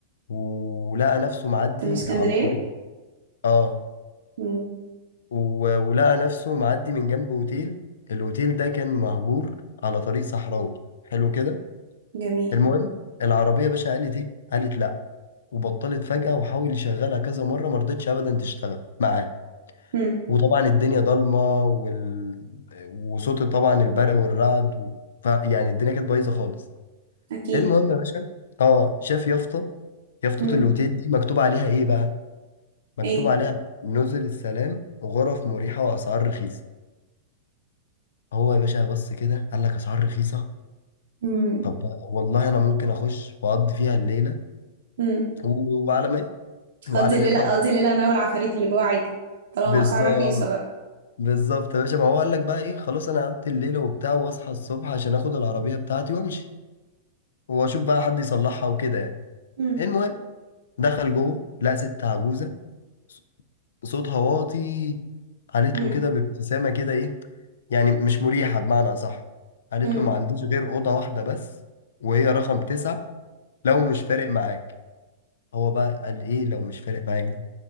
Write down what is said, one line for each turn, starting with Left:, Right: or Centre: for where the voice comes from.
Left: ولقى نفسه معدي
Right: من اسكندريه
Left: على طريق آه
Right: امم
Left: و- ولقى نفسه معدي من جنب أوتيل الأوتيل ده كان مهجور على طريق صحراوي حلو كده
Right: جميل
Left: المهم العربية يا باشا قالت ايه قالت لا وبطلت فجأة وحاول يشغلها كذا مرة ما رضتش ابدا تشتغل معاه
Right: امم
Left: وطبعا الدنيا ضلمة وال... وصوت طبعا البرق والرعد و... ف... يعني الدنيا كانت بايظة خالص
Right: اكيد
Left: المهم يا باشا اه شاف يافطة يافطة
Right: امم
Left: الاوتيل دي مكتوب عليها ايه بقى مكتوب
Right: ايه
Left: عليها نزل السلام وغرف مريحة واسعار رخيصة هو يا باشا بص كده قال لك اسعار رخيصة
Right: امم
Left: طب والله انا ممكن اخش واقضي فيها الليلة
Right: امم
Left: و... وعلى ما وعلى
Right: اقضي الليله
Left: ما يطلع
Right: اقضي الليله انا والعفاريت اللي جوه عادي طالما
Left: بالظبط
Right: اسعار رخيصه بقى
Left: بالظبط يا باشا ما هو قال لك بقى ايه خلاص انا قعدت الليله وبتاع واصحى الصبح عشان اخد العربيه بتاعتي وامشي واشوف بقى حد يصلحها وكده يعني
Right: امم
Left: المهم دخل جوه لقى ست عجوزه ص- صوتها واطي قالت
Right: امم
Left: له كده بابتسامه كده ايه يعني مش مريحه بمعنى صح قالت
Right: امم
Left: له ما عنديش غير اوضه واحده بس وهي رقم تسعة لو مش فارق معاك هو بقى قال ايه لو مش فارق معاك دي